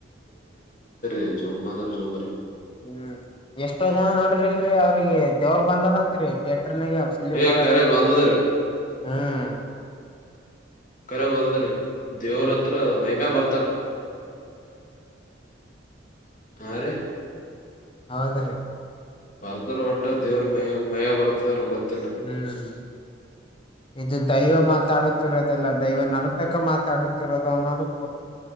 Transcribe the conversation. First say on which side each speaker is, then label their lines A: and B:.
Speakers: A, on the left; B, on the left.
A: ಇ ಚೊಂಬ ಅಂದ್ರ ಚೋಂಬ್ರ
B: ಹ್ಮ್ ಎಷ್ಟೋ ಜನ ನೋಡರಿಿ ಇಲ್ರರಿ ಅವ್ರಿಗೆ ದೇವ್ರ ಬಂದದಂತ್ರಿ ಟರ್ ನಫ
A: ಏ ಕರೆ ಬಂದದ್ರೀ
B: ಹ್ಮ್
A: ಕರ ಬಂದ್ರರಿ ದೇವ್ರಂ
B: ಹ್ಮ್
A: ಮೈಮ್ಯಾ ಬರ್ತನ್ಿ
B: ಹ್ಮ್
A: ಆರ
B: ಹೌದ್ರಿ
A: ಪರತರ ೋಟ ದೇವ್ರ ಮಯ ಮಯ ಬರ್ತ ಅ ಗೊತ್ತ
B: ಹ್ಮ್ ಇದು ದೈವ ಮಾತಾಡುತ್ತಿರೋದೆಲ್ಲ ದವ ನರ್ತಕ ಮಾತಾ ಅಡತರನ್ನ ಫು